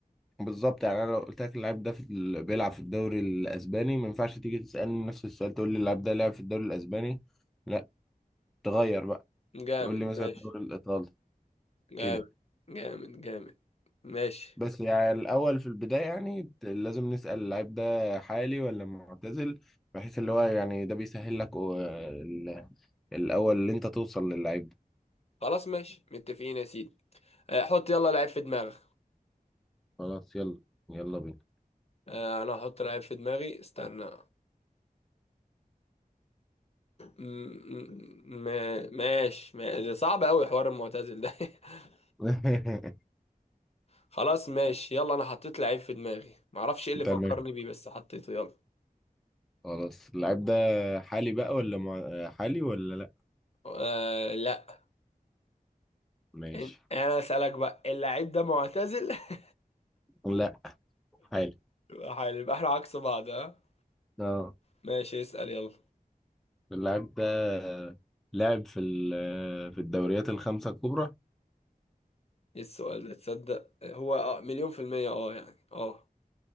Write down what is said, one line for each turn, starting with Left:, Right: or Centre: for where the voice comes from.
Centre: بالظبط يعني انا لو قلت لك اللاعب ده في ال- بيلعب في الدوري الاسباني ما ينفعش تيجي تسالني نفس السؤال تقول لي اللاعب ده لعب في الدوري الاسباني لا تغير بقى
Left: جامد
Centre: تقول لي مثلا
Left: ماشي
Centre: الدوري الايطالي
Left: جامد
Centre: كده
Left: جامد جامد ماشي
Centre: بس يعني الاول في البدايه يعني ت- لازم نسال اللاعب ده حالي ولا معتزل بحيث اللي هو يعني ده بيسهل لك و- ال- الاول اللي انت توصل للعيب ده
Left: خلاص ماشي متفقين يا سيدي آه، حط يلا لعيب في دماغك
Centre: خلاص يلا يلا بينا
Left: آه، انا هحط لعيب في دماغي استنى م- م- ماشي ما- ده صعب قوي حوار المعتزل ده <laughs>
Centre: <laughs>
Left: خلاص ماشي يلا انا حطيت لعيب في دماغي معرفش ايه اللي فكرني
Centre: تمام
Left: بيه بس حطيته يلا
Centre: خلاص اللاعب ده حالي بقى ولا مع... حالي ولا لا
Left: آه لا
Centre: ماشي
Left: إن- انا اسالك بقى اللعيب ده معتزل <laughs>
Centre: لا حالي
Left: يبقى حلو يبقى احنا عكس بعض ها
Centre: اه
Left: ماشي اسال يلا
Centre: اللاعب ده لعب في ال- في الدوريات الخمسة الكبرى
Left: ايه السؤال ده تصدق هو اه مليون في المية اه يعني اه